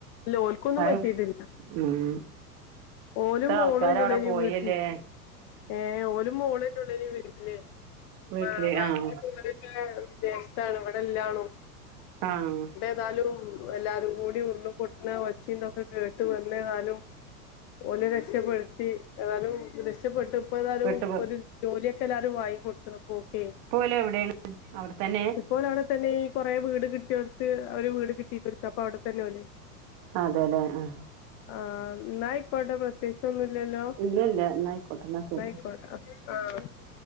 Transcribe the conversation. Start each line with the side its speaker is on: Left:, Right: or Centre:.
Left: ല്ല ഓൽക്കൊന്നും
Right: അത്
Left: പറ്റീട്ടില്ല
Right: ഉം
Left: ഓലും
Right: ഇത്ര
Left: മോളും
Right: ആൾക്കാര്
Left: എന്നൊള്ളേനി
Right: അവിടെ പോയല്ലേ
Left: വീട്ട്ൽ. ഏഹ് ഓലും മോളനൊള്ളേനി വീട്ടില്.
Right: വീട്ടില്
Left: മാ മാപ്പിളീം
Right: ആഹ്
Left: മോനൊക്കെ വിദേശത്താണ് ഇവടെല്ലാണും
Right: ആഹ്
Left: ത്താലും എല്ലാരും കൂടി ഉള്ളും പൊട്ട്ണ ഒച്ചിം ന്തൊക്കെ കേട്ട് വന്നതാലും ഓലെ രക്ഷപ്പെ ക്കി ഏതാലും രക്ഷപ്പെട്ട് ഇപ്പ ഏതാലും
Right: പെട്ടു
Left: ഒരു ജോലിയൊക്കെ എല്ലാരും വാങ്ങി കൊട്ത്ത്ണ്പ്പോ ഓക്കെ.
Right: പ്പ ഓല് എവിടെണ് അവടെത്തന്നെ?
Left: ഇപ്പോല അവിടെ തന്നെ ഈ കുറെ വീട് കിട്ടിയോടുത്ത് അവര് വീട് കിട്ടിടുക്ക അപ്പൊ അവിടെ തന്നെ പോലെ
Right: അതെല്ലേ ആഹ്
Left: ആഹ് നായക് കോട്ട പ്രത്യേച്ചൊന്നും ഇല്ലല്ലോ
Right: ഇല്ല ഇല്ല എന്നാ ആയിക്കോട്ടെ എന്നാ ശരി
Left: നായക്കട്ട അഹ് ആഹ്